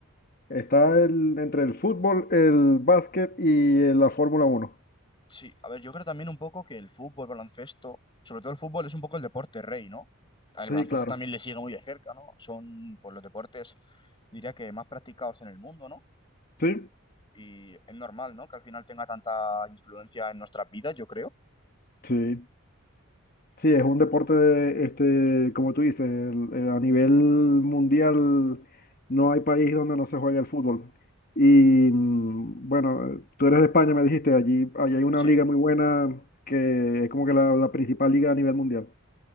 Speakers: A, on the left (about 45°); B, on the left (about 25°).
A: Está el- entre el fútbol, el básquet y eh, la Fórmula Uno.
B: Sí, a ver, yo creo también un poco que el fútbol, baloncesto, sobre todo el fútbol es un poco el deporte rey, ¿no? El
A: Sí,
B: baloncesto
A: claro.
B: también le sigue muy de cerca, ¿no? Son, pues, los deportes, diría que más practicados en el mundo, ¿no?
A: Sí,
B: Y es normal, ¿no? Que al final tenga tanta influencia en nuestras vidas, yo creo.
A: sí. Sí, es un deporte, este, como tú dices, el- el- a nivel mundial no hay país donde no se juegue el fútbol. Y mm, bueno, eh, tú eres de España, me dijiste, allí, allí hay una
B: Sí.
A: liga muy buena que es como que la la principal liga a nivel mundial.